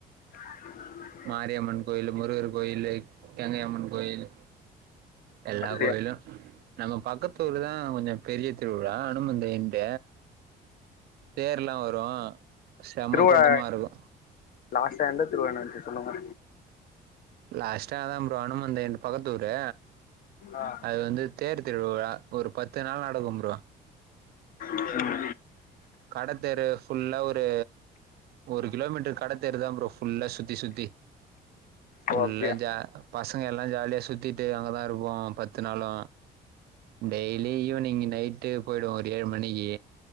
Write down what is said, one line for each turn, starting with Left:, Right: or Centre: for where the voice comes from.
Left: உ
Right: மாரியம்மன் கோயிலு முருகர் கோயிலு கங்கைம்மன் கோயில் எல்லா
Left: அப்டியா
Right: கோயிலு நம்ம பக்கத்தூர் தா கொஞ்சோ பெரிய திருவிழா அனுமந்த எண்ட பேர்லா வரு செம
Left: திருவிழா
Right: கூட்டமா இருக்கு
Left: லாஸ்டா எண்டத் திருவண்ணாச்சி சொன்னுங்க
Right: லாஸ்டாதாம் ப்ரோ அனுமந்த எண்டு பக்கத்தூரு
Left: ஆ
Right: அது வந்து தேர்த் திருவிழா ஒரு பத்து நாள் நடக்கும் ப்ரோ
Left: உஹம்
Right: கடத்தெரு ஃபுல்லா ஒரு ஒரு கிலோமீட்ரு கடத்தெருதாம் ப்ரோ ஃபுல்லா சுத்தி சுத்தி
Left: ஓ
Right: உள்ள
Left: அப்டியா
Right: ஜா பசங்க எல்லா ஜாலியா சுத்திட்டு அங்கதா இருப்போம் பத்து நாளு டெய்லி ஈவினிங்கி நைட்டு போயிடுவோ ஒரு ஏழு மணிகி